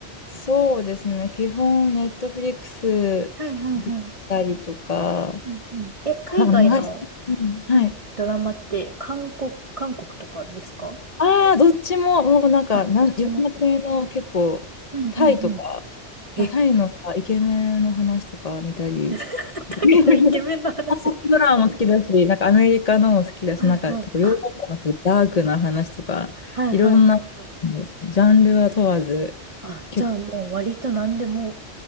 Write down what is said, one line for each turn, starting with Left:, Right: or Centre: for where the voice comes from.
Left: そうですね、基本、ネットフリックスだったりとか、
Right: はいはいはい。うんうん。え、海外の、
Left: なんか流し、うん、
Right: はい、
Left: はい。
Right: ドラマって韓国、韓国とかですか
Left: ああ、どっちも、もうなんか、
Right: あ、
Left: なん、
Right: どっちも。
Left: いろんな国の結構、
Right: うんうんうん。
Left: タイとか、
Right: え、
Left: タイのイケメンの話とか見たり、
Right: <laughs>
Left: <laughs>
Right: 大のイケメンの話。
Left: 韓国ドラマも好きだし、なんかアメリカのも好きだし、
Right: はいはい。
Left: なんか結構ヨーロッパのなんかダークな話とか、
Right: あ、はいはいはいはい。
Left: いろんな、なんだろうジャンルは問わず、
Right: あ、
Left: 結構、
Right: じゃあもう割と何でも。